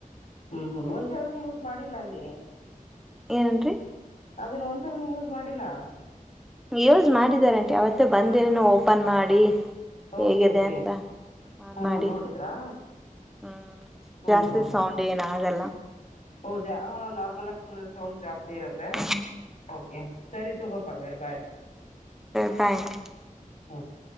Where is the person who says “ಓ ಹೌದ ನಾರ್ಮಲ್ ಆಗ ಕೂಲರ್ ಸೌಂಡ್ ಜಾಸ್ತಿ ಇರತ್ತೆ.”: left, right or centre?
Left